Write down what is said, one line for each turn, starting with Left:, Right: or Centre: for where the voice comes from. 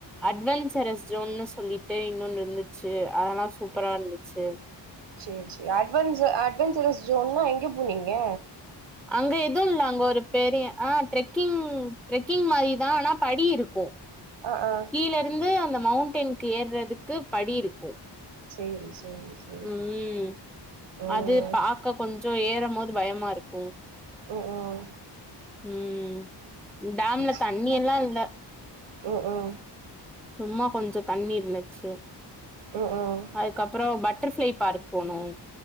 Centre: அட்வெஞ்சரஸ் ஜோனு சொல்லிட்டு இன்னொனு இருதுச்சு அதலாம் சூபரா இருந்துச்சு
Right: சேரி சேரி அட் அட்வஞ் அட்வஞ்சரஸ் ஜோனல் எங் எங்க போனீக
Centre: அங்க எதுயில்லா அங்க ஒரு பெரிய அஹா ட்ரெக்கிங் ட்ரெக்கிங் மாரி தா ஆனா படியிருக்கே
Right: ஆ ஆ
Centre: கீழ இருந்து அந்த மவுண்டெனுக்கு ஏறுறதுக்கு படி இருக்கும்
Right: சேரி சேரி சேரி
Centre: உம்
Right: ம்
Centre: அது பாக்க கொஞ்ச ஏற போது பயமா இருக்கு
Right: உ உம்
Centre: உம் டேம்ல
Right: சேரி
Centre: தண்ணி எல்ல இல்ல
Right: ம் ம்
Centre: சும்மா கொஞ்ச தண்ணி இருந்துச்சு
Right: ம் ம்
Centre: அதுக்கப்புற பட் பட்டர்ஃப்ளை பார்க் போனோம்